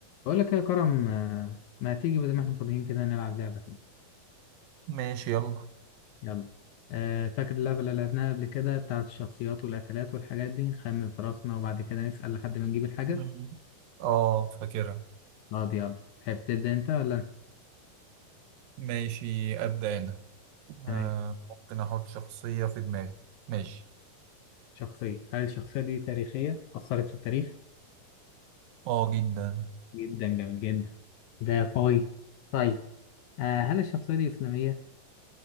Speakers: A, on the left (about 75°); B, on the right (about 85°).
A: بقول لك يا كرم آه، ما تيجي بدل ما احنا فاضيين كده نلعب لعبة كده
B: ماشي يلا
A: يلا آه، فاكر اللعبة اللي لعبناها قبل كده بتاعت الشخصيات والأكلات والحاجات دي نخمن في راسنا وبعد كده نسأل لحد ما نجيب الحاجة
B: مم. اه فاكرها
A: اه دي يلا تحب تبدأ انت ولا أنا؟
B: ماشي أبدأ أنا
A: تمام
B: آه ممكن أحط شخصية في دماغي ماشي
A: شخصية هل الشخصية دي تاريخية أثرت في التاريخ
B: اه جدا
A: جدا جميل جدا ده قوي طيب آه، هل الشخصية دي إسلامية